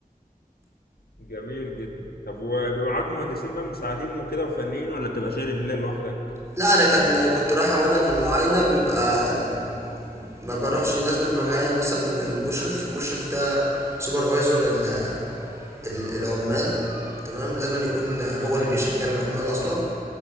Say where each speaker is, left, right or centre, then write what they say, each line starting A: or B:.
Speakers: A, on the left (about 80°); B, on the right (about 20°).
A: جميل جدا طب وبيبقى معاك مهندسين بقى مساعدين وكده وفنيين ولا بتبقى شايل الليلة لوحدك؟
B: لا انا كان كنت رايح وانا في المعاينه بيبقى ما بروحش لازم يبقى معايا مثلا المشرف المشرف ده سوبرفايزر ال- ال- العمال تمام لازم يكون هو
A: جميل
B: اللي بيشغل العمال اصلا